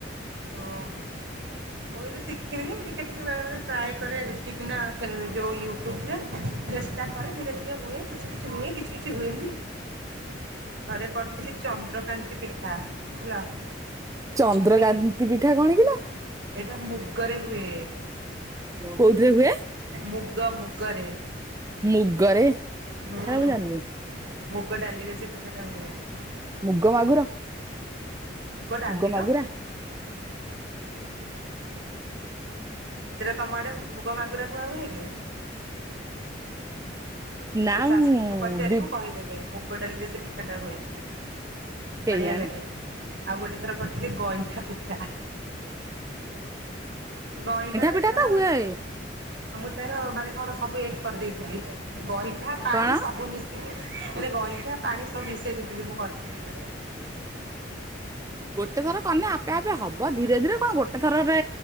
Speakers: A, on the right (about 75°); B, on the right (about 15°).
A: ଓଃ ମୁଁ <unintelligible> ମୁଁ ଟିକେ ଟିକେ ବେଳେ ବେଳେ ଟ୍ରାଏ କରେ ଦେଖିକିନା ଯୋଉ ୟୁଟ୍ୟୁବ ରେ। ଚେଷ୍ଟା କରେ ଧୀରେ ଧୀରେ ହୁଏ। କିଛି କିଛି ହୁଏ କିଛି କିଛି ହୁଏନି। ଥରେ କରିଥିଲି ଚନ୍ଦ୍ରକାନ୍ତି ପିଠା ହେଲା।
B: ଚନ୍ଦ୍ରକାନ୍ତି
A: ମାନେ
B: ପିଠା କଣ କିଲୋ?
A: ଏଇଟା ମୁଗରେ ହୁଏ
B: କୋଉଥିରେ ହୁଏ?
A: ମୁଗ ମୁଗରେ
B: ମୁଗ ରେ। ହେରା
A: ହୁଁ
B: ମୁଁ ଜାଣିନି।
A: ମୁଗ <unintelligible> ହୁଏ।
B: ମୁଗ ମାଗୁର?
A: ଡାଲି
B: ମୁଗ
A: ଲୋ
B: ମାଗୁରା?
A: ସେଇଟା ତମ ଆଡ଼େ ମୁଗ ମାଗୁର କୁହା ହୁଏ କି?
B: ନା
A: ତୋ ଶାଶୁଙ୍କୁ
B: ମୁଁ
A: ପଚାରିବୁ
B: ବି
A: କହିଦେବେ ମୁ ଗ ଡାଲିରେ ସେ ପିଠାଟା ହୁଏ
B: କେଇଆଣି
A: ବଢ଼ିଆ ଲାଗେ। ଆଉ ଗୋଟେ ଥର କରିଥିଲି ଗଇଁଠା ପିଠା। ଗଇଁଠା ପିଠାର
B: ପିଠା ତ ହୁଏ
A: ଆଉ ମୁଁ ତାର ମାନେ କଣ ସବୁ ଏକ କରି ଦେଇଥିଲି। ଗଇଁଠା, ପାଣି
B: କଣ
A: ସବୁ ମିଶିକି ମାନେ ଗଇଁଠା, ପାଣି ସବୁ ମିଶେଇ ଦେଇଥିଲି, ମୁଁ କରିଥିଲି ଯେତେବେଳେ।
B: ଗୋଟେ ଥର କନେ ଆପେ ଆପେ ହବ ଧୀରେ ଧୀରେ। କଣ ଗୋଟେ ଥରରେ